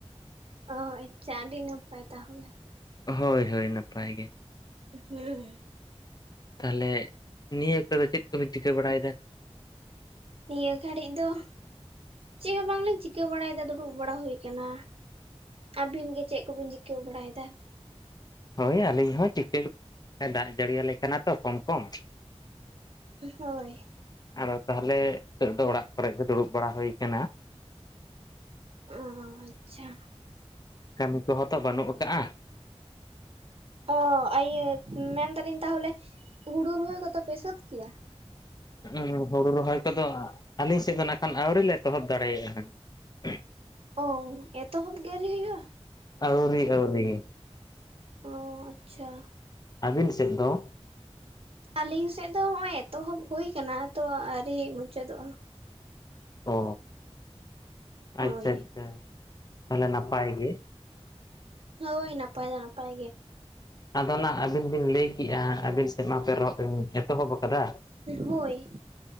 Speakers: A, on the right; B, on the left.
A: ᱚ, ᱟᱪᱪᱷᱟ ᱟᱹᱰᱤ ᱱᱟᱯᱟᱭ ᱛᱟᱦᱚᱞᱮ᱾
B: ᱦᱳᱭ ᱦᱳᱭ ᱱᱟᱯᱟᱭ ᱜᱮ᱾
A: ᱦᱮᱸ᱾
B: ᱛᱟᱦᱞᱮ ᱱᱤᱭᱟᱹ ᱚᱠᱛᱚ ᱫᱚ ᱪᱮᱫ ᱠᱚᱵᱤᱱ ᱪᱤᱠᱟᱹ ᱵᱟᱲᱟᱭᱫᱟ?
A: ᱱᱤᱭᱟᱹ ᱜᱷᱟᱹᱲᱤᱡ ᱫᱚ ᱪᱮᱫ ᱦᱚᱸ ᱵᱟᱝᱞᱤᱧ ᱪᱤᱠᱟᱹ ᱵᱟᱲᱟᱭᱫᱟ ᱫᱩᱲᱩᱵ ᱵᱟᱲᱟ ᱦᱩᱭ ᱠᱟᱱᱟ᱾ ᱟᱹᱵᱤᱱ ᱜᱮ ᱪᱮᱫ ᱠᱚᱵᱤᱱ ᱪᱤᱠᱟᱹ ᱵᱟᱲᱟᱭᱮᱫᱟ?
B: ᱦᱳᱭ ᱟᱹᱞᱤᱧ ᱦᱚᱸ ᱪᱤᱠᱟᱹ ᱫᱟᱜ ᱡᱟᱹᱲᱤᱭᱟᱞᱮ ᱠᱟᱱᱟ ᱛᱚ ᱠᱚᱢ ᱠᱚᱢ᱾
A: ᱩᱸ, ᱦᱳᱭ᱾
B: ᱟᱫᱚ ᱛᱟᱦᱞᱮ ᱦᱤᱸᱛᱳᱜ ᱫᱚ ᱚᱲᱟᱜ ᱠᱚᱨᱮ ᱜᱮ ᱫᱩᱲᱩᱵ ᱵᱟᱲᱟ ᱦᱩᱭ ᱠᱟᱱᱟ᱾
A: ᱚ ᱟᱪᱪᱷᱟ,
B: ᱠᱟᱹᱢᱤ ᱠᱚᱦᱚᱸ ᱛᱚ ᱵᱟᱹᱱᱩᱜ ᱠᱟᱜ-ᱟ᱾
A: ᱚ ᱟᱤᱭᱟᱹ ᱢᱮᱱᱫᱟᱞᱤᱧ ᱛᱟᱦᱚᱞᱮ ᱦᱩᱲᱩ ᱨᱚᱦᱚᱭ ᱠᱚᱫᱚᱯᱮ ᱥᱟᱹᱛ ᱠᱮᱭᱟ?
B: ᱦᱩᱸ ᱦᱩᱲᱩ ᱨᱚᱦᱚᱭ ᱠᱚᱫᱚ ᱟᱹᱞᱤᱥᱮᱫ ᱫᱚ ᱱᱟ ᱠᱷᱟᱱ ᱟᱹᱣᱨᱤ ᱞᱮ ᱮᱚᱦᱚᱵ ᱫᱟᱲᱮᱭᱟᱜᱼᱟ᱾ <unintelligible>
A: ᱚ ᱮᱛᱚᱦᱚᱵ ᱜᱮ ᱟᱹᱣᱨᱤ ᱦᱩᱭᱩᱜ-ᱟ?
B: ᱟᱹᱣᱨᱤ ᱟᱹᱣᱨᱤ᱾
A: ᱚᱻ ᱟᱪᱪᱷᱟ᱾
B: ᱟᱹᱵᱤᱱ ᱥᱮᱫ ᱫᱚ?
A: ᱟᱞᱤᱧ ᱥᱮᱫ ᱫᱚ ᱦᱚᱜ-ᱚᱭ ᱮᱛᱚᱦᱚᱵ ᱦᱩᱭ ᱠᱟᱱᱟ ᱛᱚ ᱟᱹᱣᱨᱤ ᱢᱩᱪᱟᱹᱫᱚᱜᱼᱟ᱾
B: ᱚ
A: ᱦᱳᱭ
B: ᱟᱪᱪᱷᱟ ᱟᱪᱪᱷᱟ ᱛᱟᱦᱞᱮ ᱱᱟᱯᱟᱭ ᱜᱮ᱾
A: ᱦᱳᱭ ᱱᱟᱯᱟᱭ ᱫᱚ ᱱᱟᱯᱟᱭ ᱜᱮ᱾
B: ᱟᱫᱚ ᱱᱟᱜ ᱟᱹᱵᱤᱱ ᱵᱤᱱ ᱞᱟᱹᱭ ᱠᱤᱜᱼᱟ ᱟᱹᱵᱤᱱ ᱥᱮᱫ ᱢᱟ ᱯᱮ <inaudible> ᱮᱛᱚᱦᱚᱵ ᱟᱠᱟᱫᱟ
A: ᱦᱳᱭ